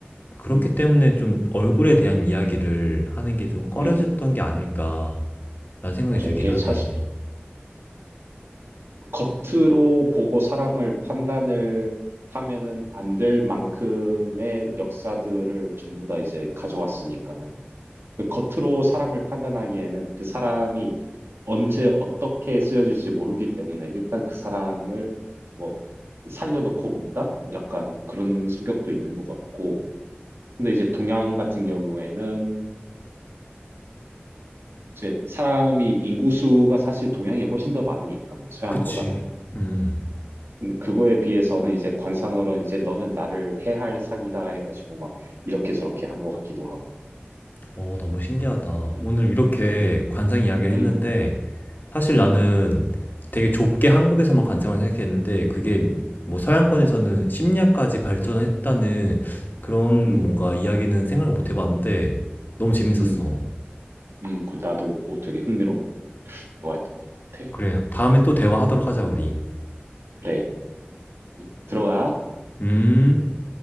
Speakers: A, on the left; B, on the right.
A: 그렇기
B: 음,
A: 때문에 좀 얼굴에 대한 이야기를 하는 게 좀 꺼려졌던
B: 음.
A: 게 아닐까라는 생각이
B: 맞아.
A: 들긴
B: 이게
A: 하네.
B: 사실 겉으로 보고 사람을 판단을 하면은 안 될 만큼의 역사들을 전부 다 이제 가져왔으니까는. 그 겉으로 사람을 판단하기에는 그 사람이 언제 어떻게 쓰여질지 모르기 때문에 일단 그 사람을 뭐 살려놓고 본다? 약간 그런 성격도 있는 것 같고. 근데 이제 동양 같은 경우에는 이제 사람이 인구수가 사실 동양이 훨씬 더 많으니까 서양보다는.
A: 그치. 음.
B: 근데 그거에 비해서는 이제 관상으로는 이제 너는 나를 해할 상이다 해가지고 막 이렇게 저렇게 한 것 같기도 하고.
A: 어, 너무 신기하다.
B: 음,
A: 오늘 이렇게
B: 음,
A: 관상 이야기를
B: 음,
A: 했는데, 사실
B: 음,
A: 나는 되게 좁게
B: 음,
A: 한국에서만 관상을 생각했는데, 그게 뭐
B: 음.
A: 서양권에서는 심리학까지 발전했다는 그런
B: 음.
A: 뭔가 이야기는 생각을 못 해봤는데, 너무 재밌었어.
B: 음, 음, 그 나도 그거 되게 흥미로운 대화였던 것 같아.
A: 그래, 다음에 또 대화하도록 하자, 우리.
B: 그래, 음, 들어가.
A: 음.